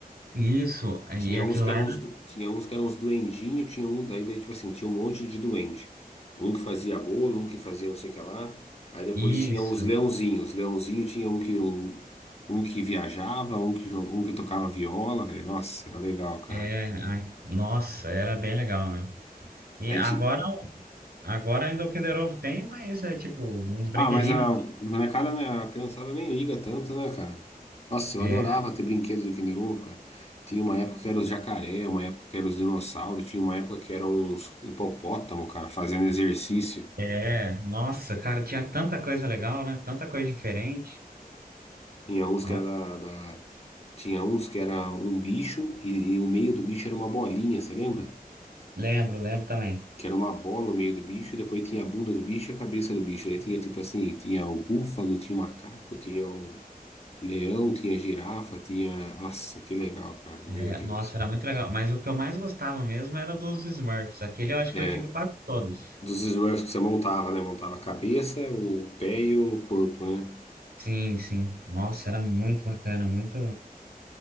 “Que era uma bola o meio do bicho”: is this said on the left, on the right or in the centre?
Left